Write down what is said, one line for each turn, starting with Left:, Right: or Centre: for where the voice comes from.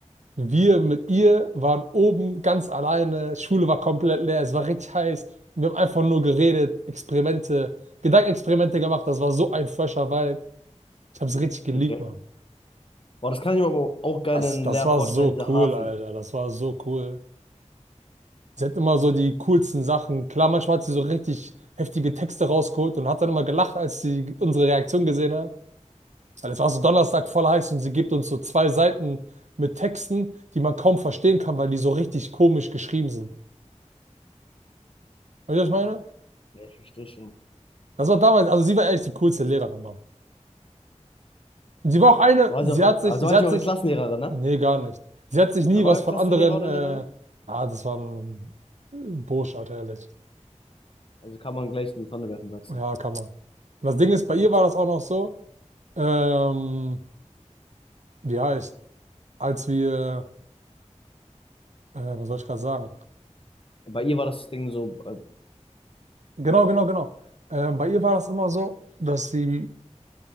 Right: Wir mit ihr waren oben ganz alleine, Schule war komplett leer, es war richtig heiß. Wir haben einfach nur geredet, Experimente, Gedankenexperimente gemacht. Das war so ein fresher Vibe. Ich habe es richtig geliebt,
Left: okay.
Right: Mann.
Left: Boah, das kann ich mir aber auch geil
Right: Das,
Left: in
Right: das
Left: Lehr
Right: war
Left: vorstellen,
Right: so
Left: dieser
Right: cool,
Left: Hafen.
Right: Alter. Das war so cool. Sie hat immer so die coolsten Sachen. Klar, manchmal hat sie so richtig heftige Texte rausgeholt und hat dann immer gelacht, als sie unsere Reaktion gesehen hat. Weil es war so Donnerstag voll heiß und sie gibt uns so zwei Seiten mit Texten, die man kaum verstehen kann, weil die so richtig komisch geschrieben sind. Weißt du, was
Left: Boah,
Right: ich meine?
Left: ja, ich verstehe schon.
Right: Das war damals, also sie war ehrlich die coolste Lehrerin, Mann. Und sie war auch
Left: Boah.
Right: eine,
Left: War
Right: sie
Left: sie auch,
Right: hat sich,
Left: also
Right: sie
Left: war nicht
Right: hat
Left: eure
Right: sich,
Left: Klassenlehrerin, ne?
Right: nee, gar nicht. Sie hat sich nie
Left: Äh, War
Right: was
Left: euer
Right: von
Left: Klassenlehrer
Right: anderen,
Left: oder
Right: äh,
Left: Lehrerin?
Right: ah, das war ein Bursch, Alter, ehrlich.
Left: Also kann man gleich in die Tonne werfen, sagst
Right: Ja,
Left: du.
Right: kann man. Und das Ding ist, bei
Left: Okay,
Right: ihr
Left: erzähl.
Right: war das auch noch so, ähm, wie heißt, als wir, äh, was soll ich gerade sagen?
Left: Bei ihr war das Ding so äh,
Right: Genau, genau, genau. Ähm, bei ihr war das immer so, dass sie